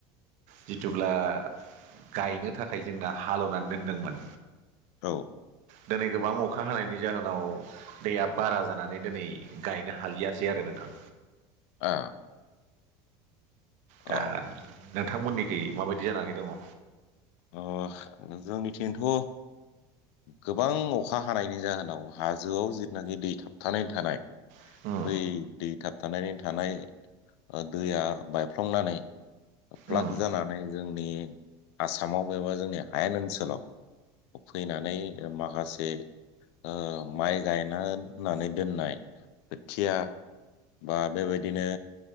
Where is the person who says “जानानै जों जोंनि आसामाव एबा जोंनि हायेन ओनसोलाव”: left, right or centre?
Left